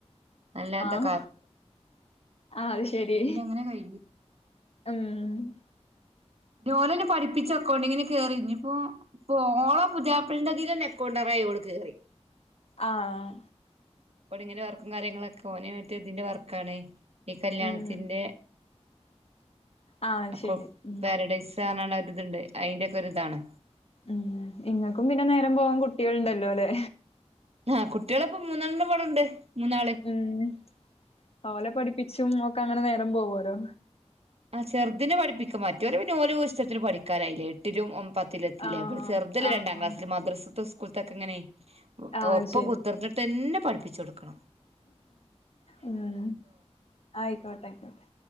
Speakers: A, on the right; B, on the left.
A: അല്ലാതെ
B: ആഹ് അത്ശെരി
A: പിന്നെ അങ്ങനെ കഴിഞ്ഞു
B: ഊം <inaudible>
A: ഞ്ഞോലെന്നെ പഠിപ്പിച്ച് അക്കൗണ്ടിങ്ങിന് കേറി ഞ്ഞ്പ്പോ ഇപ്പോ ഓളെ പുത്യാപ്പൾന്റെതിലെന്നെ എക്കൗണ്ടറായി ഓള് കേറി
B: ആഹ്
A: ബെട്ങ്ങനെ വർക്കും കാര്യങ്ങളും ഒക്കെ ഓന് മറ്റേ തിന്റെ വർക്കാണ് ഈ കല്യാണത്തിന്റെ
B: ഉം ആഹ്
A: അകൊ
B: ശരി ഉം
A: പാരഡൈസ് <unintelligible> ണര്തണ്ട് അയ്ന്റെക്കാെര്താണ്
B: ഉം ഇങ്ങക്കും പിന്നെ നേരം പോവാൻ കുട്ടികൾണ്ടല്ലോ ലെ
A: ആഹ് കുട്ടികള് മൂന്നെണ്ണപടെണ്ട് മൂന്നാള്
B: ഉം ഓലെ പഠിപ്പിച്ചും ഒക്കെ അങ്ങനെ നേരം പോവോലോ
A: ആഹ് ചെർതിനെ പഠിപ്പിക്കും മറ്റാേല് പിന്നെ ഓലു ഇഷ്ടാത്തിന് പഠിക്കാനായ്ലേ എട്ടിലും ഒം പ ത്ത്ലെത്തീലെ
B: ആഹ്
A: അപ്പൊ ചെർതല്ലെ
B: ആഹ്
A: രണ്ടാം ക്ലാസില് മദ്റസ്ത്തും സ്കൂൾത്തൊക്കെങ്ങനെ ഒ
B: ആഹ്
A: ഒപ്പം
B: ശരി
A: കുത്തർന്ന് ട്ടെന്നെ പഠിപ്പിച്ചാെട്ക്കണം
B: ഊം ആയിക്കോട്ടെ അയ്ക്കോട്ടെ